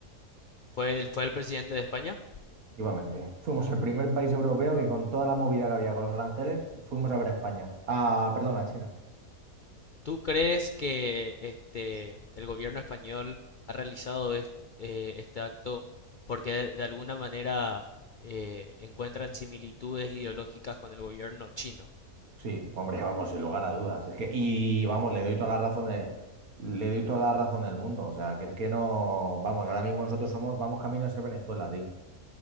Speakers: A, on the left; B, on the right.
A: Fue el, fue el presidente de España.
B: Efectivamente. Fuimos el primer país europeo que con toda la movida que había con los aranceles, fuimos a ver a España. Ah, perdón, a China.
A: ¿Tú crees que este, el gobierno español ha realizado est- eh, este acto porque de, de alguna manera eh, encuentran similitudes ideológicas con el gobierno chino?
B: Sí, hombre, vamos, sin lugar a dudas. Es que, y vamos, le doy toda la razón de, le doy toda la razón del mundo. O sea, que es que no, vamos, ahora mismo nosotros somos, vamos camino a ser Venezuela, tío.